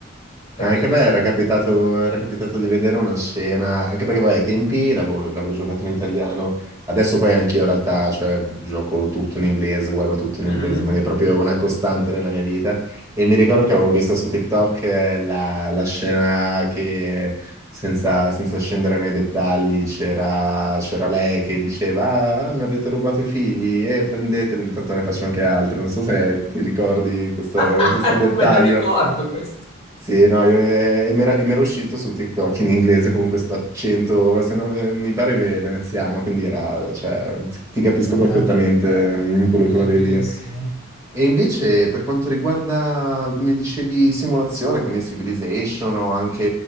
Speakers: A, on the left (about 30°); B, on the right (about 15°).
A: è
B: Anche
A: bellissimo.
B: a me era capitato, era capitato di vedere una scena, anche perché vabbè, ai tempi l'avevo l'avevo giocato in italiano, adesso poi anch'io in realtà, cioè, gioco tutto in inglese, guardo tutto in
A: Mhm.
B: inglese, quindi è proprio una costante nella mia vita. E mi ricordo che avevo visto su TikTok eh, la, la scena che, senza, senza scendere nei dettagli, c'era c'era lei che diceva, ah, mi avete rubato i figli, e prendeteveli, tanto ne faccio anche altri. Non so se ti ricordi questo
A: <laughs>
B: questo dettaglio.
A: Non me lo ricordo questo,
B: Sì, no, io, eh, e mi era e mi era uscito su TikTok in inglese con questo accento, se no- eh, mi pare ve- veneziano, quindi era, cioè, ti capisco perfettamente
A: è,
B: mm, quello che
A: è
B: volevi
A: bellissimo.
B: dire. E invece per quanto riguarda, mi dicevi simulazione, quindi Civilization o anche